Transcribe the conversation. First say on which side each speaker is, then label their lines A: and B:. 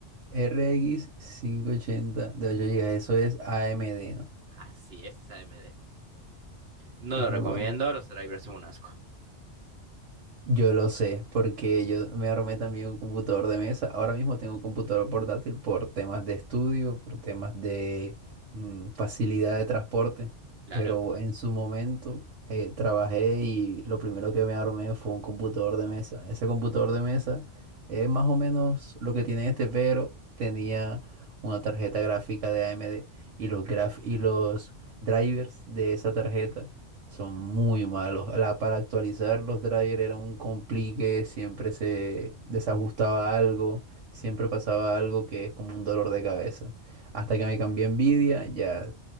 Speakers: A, on the right (about 85°); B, on the right (about 60°).
A: RX 580 de 8 gigas Eso es AMD, ¿no?
B: Así es, AMD. No
A: Es
B: lo recomiendo,
A: muy bueno.
B: los drivers son un asco.
A: Yo lo sé, porque yo me armé también un computador de mesa. Ahora mismo tengo un computador portátil por temas de estudio, por temas de mm, facilidad de transporte.
B: Claro,
A: Pero en su momento eh, trabajé y lo primero que me armé fue un computador de mesa. Ese computador de mesa es más o menos lo que tiene este, pero tenía una tarjeta gráfica de AMD y los graf y los drivers de esa tarjeta son muy malos. La, para actualizar los drivers era un complique, siempre se desajustaba algo, siempre pasaba algo que es como un dolor de cabeza. Hasta que me cambié a Nvidia, ya